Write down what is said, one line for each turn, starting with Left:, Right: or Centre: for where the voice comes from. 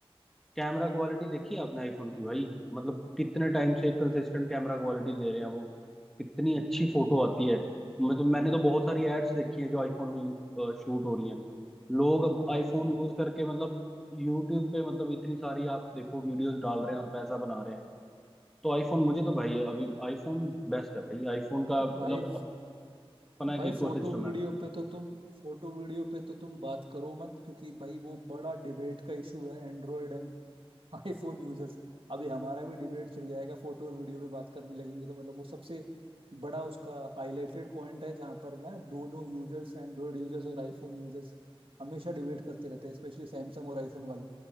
Centre: कैमरा क्वालिटी देखिए आपने आईफोन की भाई मतलब कितने टाइम से एक कंसिस्टेंट कैमरा क्वालिटी दे रहे हैं वो कितनी अच्छी फोटो आती है मैं तो मैंने तो बहुत सारी एड्स देखी हैं जो आईफोन में शूट हो रही हैं लोग अब आईफोन
Right: भाई देख
Centre: यूज करके मतलब यूट्यूब पे मतलब इतनी सारी आप देखो वीडियोस डाल रहे हैं और पैसा बना रहे हैं तो आईफोन मुझे तो भाई अभी आईफोन बेस्ट है भाई आईफोन का मतलब
Right: भाई
Centre: अपना
Right: भाई
Centre: एक
Right: फोटो
Centre: इकोसिस्टम
Right: वीडियो
Centre: है
Right: पे तो तुम फोटो वीडियो पे तो तुम बात करो मत क्योंकि भाई वो बड़ा डिबेट का इशू है एंड्रॉयड एंड <laughs> आईफोन यूजर्स अभी हमारा भी डिबेट छिड़ जाएगा फोटो और वीडियो पे बात करने लगेंगे तो मतलब वो सबसे बड़ा उसका हाईलाइटेड पॉइंट है जहाँ पर ना दोनों यूजर्स एंड्रॉयड यूजर्स और आईफोन यूजर्स हमेशा डिबेट करते रहते हैं स्पेशली सैमसंग और आईफोन वाले